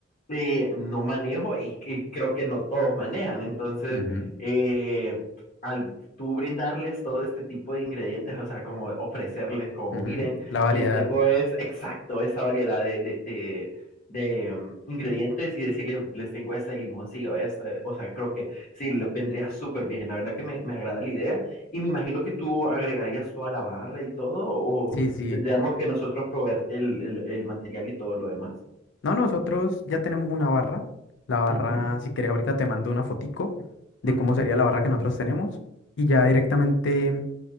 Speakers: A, on the left; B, on the left.
A: eh, no manejo y, y creo que no todos manejan. Entonces,
B: ujú,
A: eh, al tú brindarles todo este tipo de ingredientes, o sea, como ofrecerles, como
B: ujú.
A: miren,
B: La variedad.
A: les tengo es exacto esa variedad de, de, de, de, mm, ingredientes y decirles, les tengo este limoncillo, este, o sea, creo que sí, le- vendría súper bien, la verdad que me, me agrada la idea y me imagino que tú agregarías toda la barra y todo o
B: Sí, sí.
A: tendríamos que nosotros proveerte el, el- el material y todo lo demás.
B: No, nosotros ya tenemos una barra. La barra,
A: Ujú,
B: si quieres ahorita te mando una fotico de
A: ujú,
B: cómo sería la barra que nosotros tenemos y ya directamente